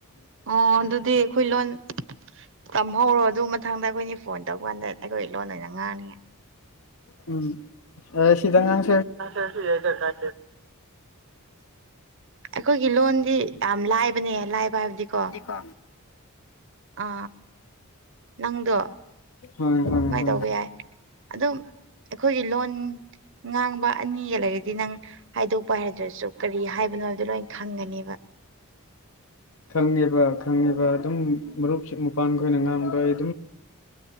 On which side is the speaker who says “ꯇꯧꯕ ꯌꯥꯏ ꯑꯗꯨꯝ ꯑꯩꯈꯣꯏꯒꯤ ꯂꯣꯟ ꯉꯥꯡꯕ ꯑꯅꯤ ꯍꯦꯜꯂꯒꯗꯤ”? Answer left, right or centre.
Right